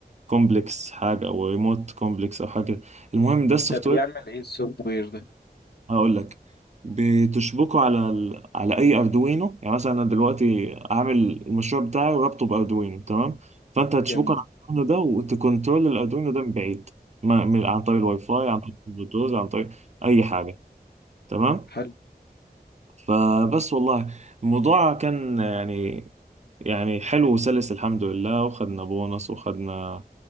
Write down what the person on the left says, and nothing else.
ده بيعمل
ايه السوفت وير ده
جميل
حلو